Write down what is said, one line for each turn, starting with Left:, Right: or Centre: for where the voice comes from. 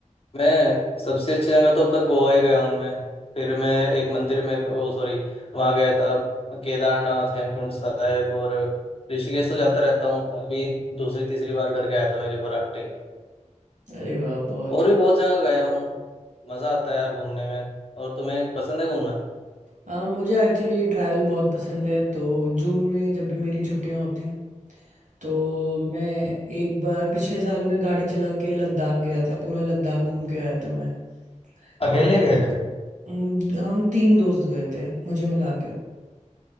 Left: मैं सबसे अच्छी जगह तो अब तक गोवा ही गया हूँ मैं फिर मैं एक मंदिर में वो सॉरी वहाँ गया था केदारनाथ हेमकुंड साहिब और ऋषिकेश तो जाता रहता हूँ अभी दूसरी तीसरी बार करके आया था मैं रिवर राफ्टिंग
Right: अरे वाह बहुत
Left: और
Right: ही
Left: भी बहुत जगह गया हूँ मज़ा आता है यार घूमने में और तुम्हें पसंद है घूमना
Right: आ, मुझे एक्चुअली ट्रैवल बहुत पसंद है तो जून में जब भी मेरी छुट्टियाँ होती हैं तो मैं एक बार पिछले साल मैं गाड़ी चला के लद्दाख गया था पूरा लद्दाख घूम के आया था मैं
Left: अकेले
Right: और
Left: गए थे
Right: हम्म, हम तीन दोस्त गए थे मुझे मिला